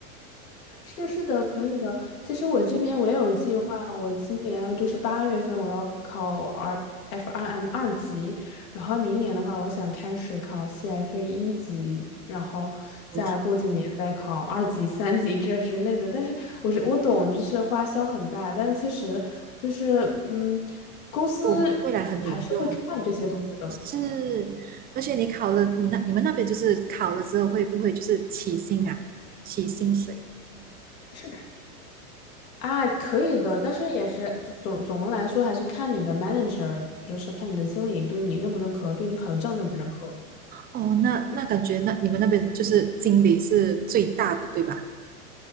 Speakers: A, on the left; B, on the right.
A: 是是的，可以的。其实我这边我也有计划，我今年就是八月份我要考 R FRM 二级，然后明年的话，我想开始考 CFA 一级，然后再过几年再考二级、
B: <laughs> 我天
A: 三级这之类的。但是我是我懂，就是花销很大，但其实就是嗯，公司还是会看这些东西的。
B: 我未来很有用，是，而且你考了，你那你们那边就是考了之后会不会就是起薪啊，起薪水？
A: 是。啊，可以的，但是也是总总的来说，还是看你的 manager，就是看你的经理对你认不认可，对你考的证认不认可。
B: 哦，那那感觉那你们那边就是经理是最大的，对吧？